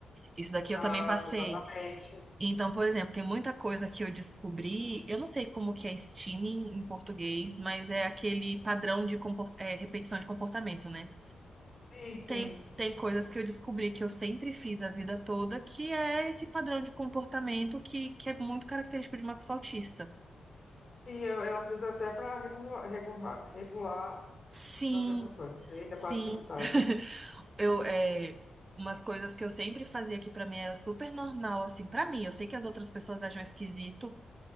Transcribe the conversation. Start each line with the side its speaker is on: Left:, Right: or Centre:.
Right: Isso daqui
Left: Exato,
Right: eu também passei.
Left: exatamente.
Right: Então, por exemplo, tem muita coisa que eu descobri, eu não sei como que é steaming em português, mas é aquele padrão de comport- é, repetição de comportamento, né?
Left: Sim, sim.
Right: Tem, tem coisas que eu descobri que eu sempre fiz a vida toda, que é esse padrão de comportamento que, que é muito característico de uma pessoa autista.
Left: Sim, eu, eu, às vezes até para regular, regular regular
Right: Sim,
Left: as emoções. Eita,
Right: sim.
Left: quase que não sai.
Right: <laughs> Eu, é, umas coisas que eu sempre fazia que pra mim era super normal, assim, pra mim. Eu sei que as outras pessoas acham esquisito,